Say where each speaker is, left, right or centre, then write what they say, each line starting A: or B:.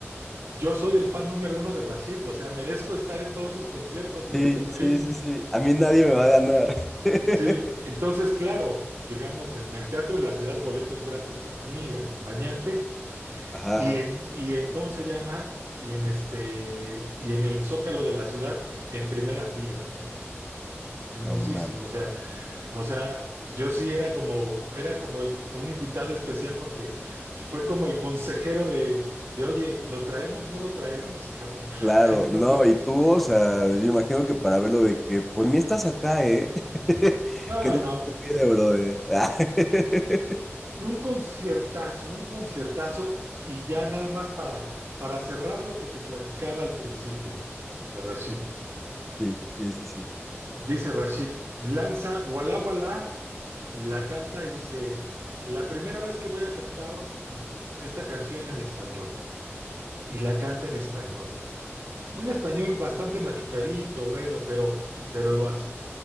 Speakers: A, on the right; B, in the centre.
A: yo soy el fan número uno de Rashid, o sea, merezco estar en todos sus conciertos en
B: sí,
A: este país.
B: sí, sí, sí, a mí nadie me va a ganar. <laughs>
A: Sí, entonces, claro, digamos, en el Teatro de la Ciudad, boletos gratis para mí y acompañante,
B: Ajá,
A: y
B: ajá.
A: en, y en, ¿cómo se llama? Y en este, y en el Zócalo de la Ciudad, en primera fila, cabrón. Chingosísimo,
B: no mames.
A: o sea, o sea, yo sí era como, era como el- un invitado especial porque fue como el consejero de, de, oye, ¿lo traemos? ¿No lo traemos, cabrón?
B: Claro,
A: <laughs> Entonces,
B: no, y tú, o sea, yo imagino que para verlo de que por mí estás acá, ¿eh? <laughs>
A: no,
B: Que no
A: no.
B: te olvide, brother. <laughs>
A: Un conciertazo, un conciertazo y ya nada más para, para cerrar lo que te platicaba al principio de Rashid.
B: Sí, sí, sí, sí.
A: Dice Rashid, lanza, voilà, voilà, la canta y dice, la primera vez que voy a cantar esta canción en español. Y la canta en español, cabrón. Un
B: No
A: español
B: mames.
A: bastante machucadito, bueno, pero, pero lo hace.